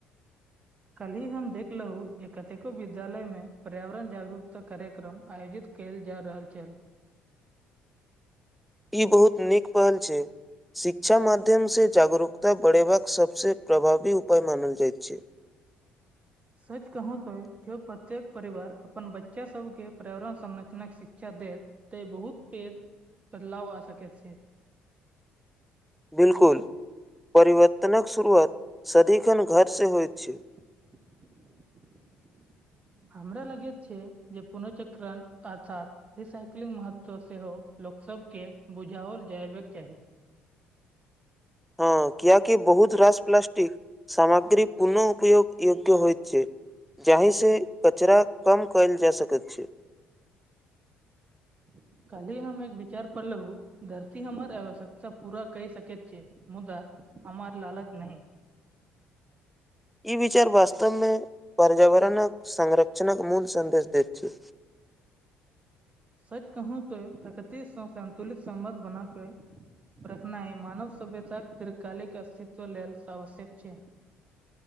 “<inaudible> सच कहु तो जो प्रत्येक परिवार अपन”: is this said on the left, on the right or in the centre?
Right